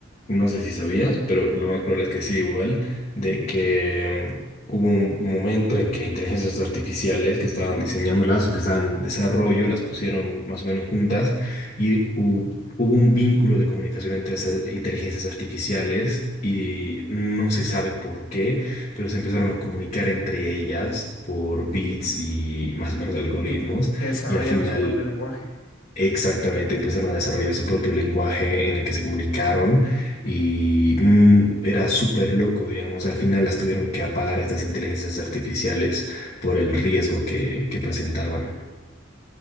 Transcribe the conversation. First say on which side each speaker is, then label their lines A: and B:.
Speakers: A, on the left (about 35°); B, on the left (about 85°).
A: no sé si sabías, pero lo más probable es que sí, igual, de que mm, hubo un momento en que inteligencias artificiales que estaban diseñándolas o que estaban en desarrollo, las pusieron más o menos juntas y hu- hubo un vínculo de comunicación entre esas inteligencias artificiales y no se sabe por qué, pero se empezaron a comunicar entre ellas por bits y más o menos algoritmos
B: Sí, que desarrollaron
A: y al final
B: su propio lenguaje.
A: Exactamente, empezaron a desarrollar su propio lenguaje en el que se comunicaron y mm, era súper loco, digamos, al final las tuvieron que apagar estas inteligencias artificiales por el riesgo que, que presentaban.